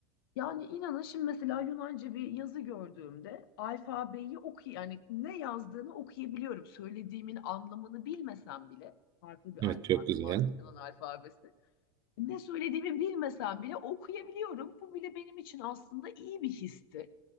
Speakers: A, on the left; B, on the right.
A: Yani inanın şimdi mesela Yunanca bir yazı gördüğümde alfabeyi okuy yani ne yazdığını okuyabiliyorum. Söylediğimin anlamını bilmesem bile farklı bir
B: Evet
A: alfabe
B: çok güzel.
A: malum Yunan alfabesi. Ne söylediğimi bilmesem bile okuyabiliyorum. Bu bile benim için aslında iyi bir histi.